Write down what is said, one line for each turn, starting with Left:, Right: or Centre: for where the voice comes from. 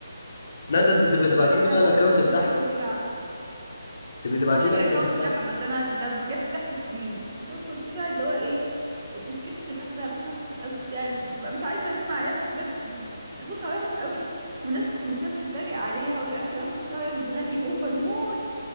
Left: لا ده انت تبقي تبعتي
Right: بقول لك
Left: لي
Right: عندها
Left: بقى الاكونت
Right: ثقة في
Left: بتاعها
Right: نفسها فظيعة
Left: تبقي تبعتي
Right: هبعت لك
Left: لي
Right: الاكونت
Left: الاكونت بتاعها
Right: بتاعها بقى، ده انا ده بجد ضحك السنين بتدخل كده اللي هو ايه تتكسف ان انت تعرف شخص أص- يعني ببقى مش عايزة انام عليها بس بجد بت- صوتها وحش قوي والناس في الكومنتات بتتريق عليها والرياكشنات وشها وهي بتغني اوفر مود